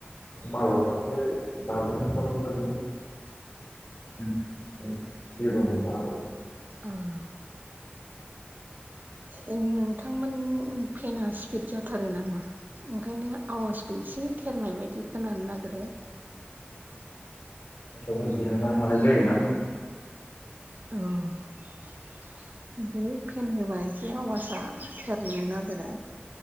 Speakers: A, on the left (about 50°); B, on the right (about 50°).
A: मस जाजनि मोन <unintelligible> उम जेबो नङा आरो
B: उम ए उम औ नोंथांमोन फेनाआ स्पिड जाथारो नामा ओंखायनो आवाजखौ एसे थेरनाय बादि खोनानो नागिरो
A: बो जिरायना थानाय जायोना
B: औ बे फेन होबा एसे आवासआ थेरनो नागिरो